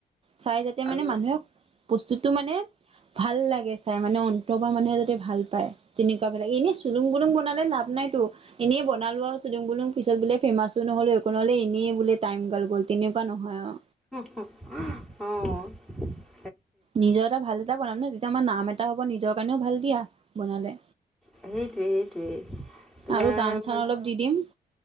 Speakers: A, on the right; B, in the centre.
A: চাই যাতে
B: আৰু
A: মানে মানুহে বস্তুটো মানে ভাল লাগে চাই মানে অন্তৰৰ পা মানুহে যদি ভাল পায়। তেনেকুৱা বিলাক। এনেই চুলুং বুলুং বনালে লাভ নাই তো। এনেই বনালো আৰু চুলুং বুলুং। পিছত বোলে ফেমাচো নহ'লো একো নহ'লে এনেই বোলে টাইম গাল গ'ল তেনেকুৱা নহয় আৰু।
B: অ
A: নিজৰ এটা ভাল এটা বনাম নহয়, তেতিয়া আমাৰ নাম এটা হ'ব। নিজৰ কাৰণেও ভাল দিয়া বনালে।
B: সেইটোৱে, সেইটোৱে। তোমাৰ
A: আৰু গান চান
B: মানে
A: অলপ দি দিম।